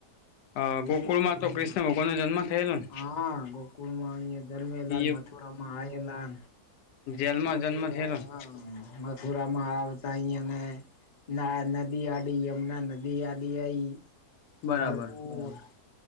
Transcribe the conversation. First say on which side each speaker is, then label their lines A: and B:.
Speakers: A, on the left (about 85°); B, on the left (about 40°).
A: અ ગોકુળ
B: ગોકુલ
A: માં તો
B: અને
A: કૃષ્ણ ભગવાન નો જન્મ થયેલો ને
B: હા ગોકુળ માં અહીં જન્મેલા
A: એ
B: મથુરા માં આવેલા
A: જેલમાં
B: મથુરા
A: જન્મ થયેલો ને
B: મથુરામાં આવતા અહીયાને ના નદી આડી હમના નદી આડી આઈ
A: બરાબર
B: ભરપૂર
A: બરાબર